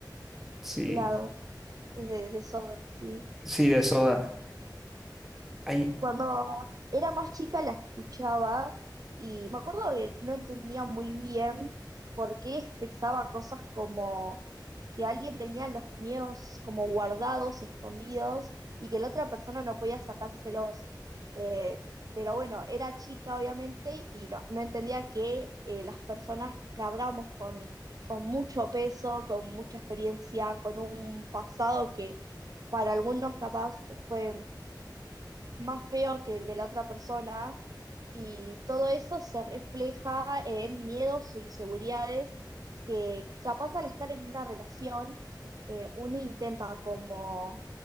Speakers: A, in the centre; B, on the right.
A: Sí,
B: la, es de, de Soda, sí.
A: sí, de Soda. Hay,
B: Cuando era más chica la escuchaba y me acuerdo que no entendía muy bien por qué expresaba cosas como que alguien tenía los miedos como guardados, escondidos, y que la otra persona no podía sacárselos. Eh, pero bueno, era chica obviamente y no, no entendía que eh, las personas cargamos con, con mucho peso, con mucha experiencia, con un pasado que para algunos capaz fue más feo que el de la otra persona y todo eso se refleja en miedos o inseguridades que capaz al estar en una relación eh, uno intenta como